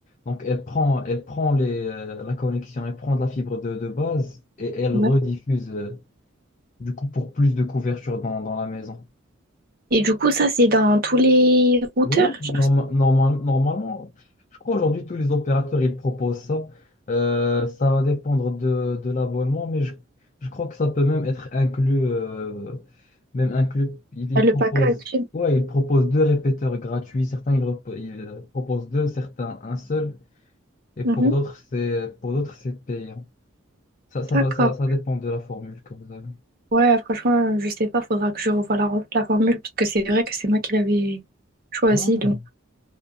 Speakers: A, on the left (about 40°); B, on the right (about 45°).
A: Donc, elle prend, elle prend les, euh, la connexion, elle prend de la fibre de, de base et elle
B: Ouais.
A: rediffuse, euh, du coup, pour plus de couverture dans, dans la maison.
B: Et du coup, ça, c'est dans tous les routeurs,
A: Oui,
B: genre.
A: normalement, je crois aujourd'hui tous les opérateurs ils proposent ça. Euh, ça va dépendre de, de l'abonnement, mais je, je crois que ça peut même être inclus, euh, même inclus. Ils ils
B: Ah, Le
A: proposent,
B: packaging.
A: ouais, ils proposent deux répéteurs gratuits. Certains ils, rep- ils, euh, proposent deux, certains un seul, et
B: Mhm.
A: pour d'autres c'est pour d'autres c'est payant. Ça, ça
B: D'accord.
A: va, ça, ça dépend de la formule que vous avez.
B: Ouais, franchement, euh, je sais pas, faudra que je revoie la, re- la formule, parce que c'est vrai que c'est moi qui l'avais choisie,
A: Ah,
B: donc